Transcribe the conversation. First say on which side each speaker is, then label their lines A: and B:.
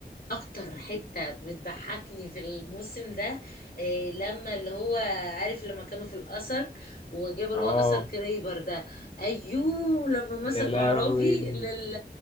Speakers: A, on the left; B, on the left.
A: اكتر حتة بتضحكني في الموسم ده إيه لما اللي هو عارف لما كانوا في الأثر وجابوا اللي
B: اه
A: هو أثر كريبر ده ايوه لما
B: يا
A: مسكوا
B: لهوي
A: عرافي لل